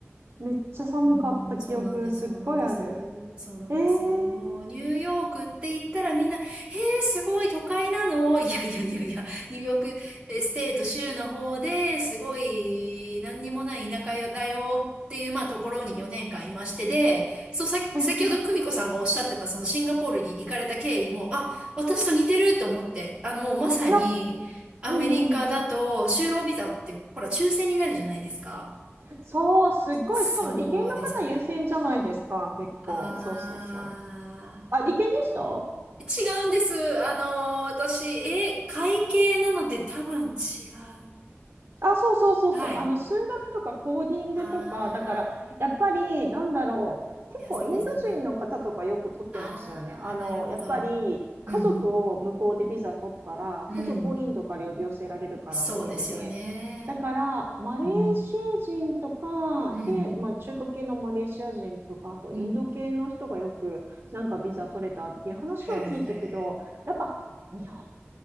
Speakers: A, on the right; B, on the right.
A: めっちゃ寒かった記憶、
B: うん、そうなんです、
A: すっごいある。
B: そうなんです、そうなんです。
A: えー、
B: もうニューヨークって言ったらみんな、えー、すごい都会なのいやいやいやいや、ニューヨークえステート州の方ですごい何にもない田舎だよっていう、まあところに4年間いましてで、そうさ、
A: うんうん。
B: 先ほど久美子さんがおっしゃってたそのシンガポールに行かれた経緯も、あ、私と似てると思って、あ、もうまさにアメリカだと就労ビザってほら抽選になるじゃないですか。
A: な、うんうん。そう、すっごい。
B: そうですよね。
A: しかも理系の方優先じゃないですか、結構。
B: あ
A: そうそうそう。あ、理系でした
B: ー、違うんです。あの、私、え、会計なので多分違う。
A: あ、そうそうそうそう。
B: はい。
A: あの、数学とかコーディングとか、
B: あー、
A: だから、やっぱり、
B: なるほど。
A: なんだろう。結構、
B: いや、そうですよね。
A: インド人の方とかよく取ってましたよね。
B: あー、
A: あの、
B: なるほど。
A: やっぱり、
B: うん、
A: 家族を向こうでビザ取ったら、
B: うん、
A: 家族をインドから呼び寄せられるからっていうので、
B: うん。そうですよね。
A: だから、マレーシア人とか、
B: うん、うん、
A: で、
B: うん。
A: まあ、中華系のマレーシア人とか、あと、
B: うん
A: インド系の人がよく、なんかビザ取れたっていう話は聞いたけど、
B: へえ。
A: やっぱ、日本